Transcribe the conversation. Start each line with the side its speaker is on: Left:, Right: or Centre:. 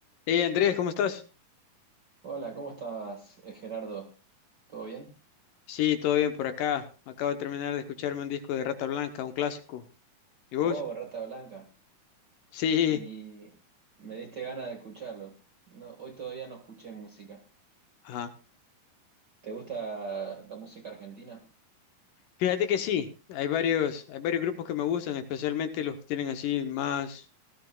Left: Hey Andrés, ¿cómo estás?
Right: Hola, ¿cómo estás, eh, Gerardo? ¿Todo bien?
Left: Sí, todo bien por acá. Acabo de terminar de escucharme un disco de Rata Blanca, un clásico. ¿Y vos?
Right: Wow,
Left: <laughs>
Right: rata blanca.
Left: Sí,
Right: Y me diste ganas de escucharlo. No, hoy todavía no escuché música.
Left: ajá.
Right: ¿Te gusta la música argentina?
Left: Fíjate que sí, hay varios, hay varios grupos que me gustan, especialmente los que tienen así más